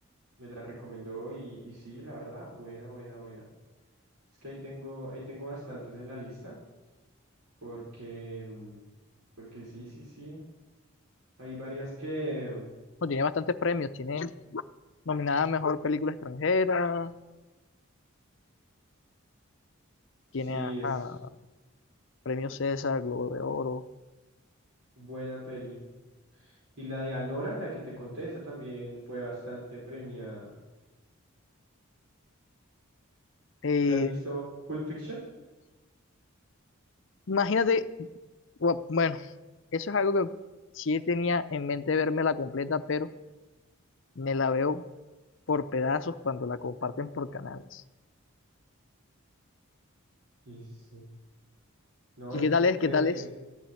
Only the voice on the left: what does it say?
tiene bastantes premios. Tiene nominada a Mejor Película Extranjera, tiene
a,
a Premio César, Globo de Oro.
Eh,
imagínate bu- Bueno, eso es algo que sí tenía en mente verme la completa, pero me la veo por pedazos cuando la comparten por canales.
¿Y
qué tal es?
¿Qué tal es?